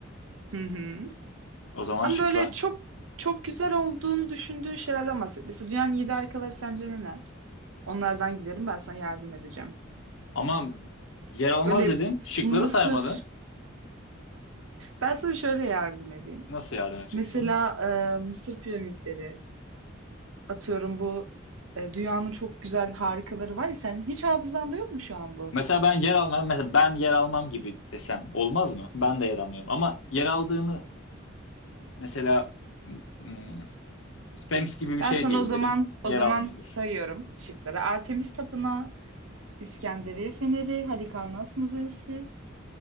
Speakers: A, on the right; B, on the left.
A: Hı hı.
B: O zaman
A: Ama
B: şıklar.
A: böyle çok çok güzel olduğunu düşündüğün şeylerden bahset. Mesela dünyanın yedi harikaları sence neler? Onlardan gidelim ben sana yardım edeceğim.
B: Ama yer almaz
A: Böyle
B: dedin. Şıkları
A: Mısır.
B: saymadın.
A: Ben sana şöyle yardım edeyim.
B: Nasıl yardım edeceksin?
A: Mesela e, Mısır piramitleri. Atıyorum bu e, dünyanın çok güzel harikaları var ya. Senin hiç hafızanda yok mu şu an bu?
B: Mesela ben yer almam. Mesela ben yer almam gibi desem olmaz mı? Ben de yer almıyorum. Ama yer aldığını mesela hmm, Sphinx gibi bir
A: Ben
B: şey
A: sana
B: diyebilirim.
A: o zaman
B: Yer
A: o zaman
B: almıyordur.
A: sayıyorum şıkları. Artemis Tapınağı, İskenderiye Feneri, Halikarnas Müzesi,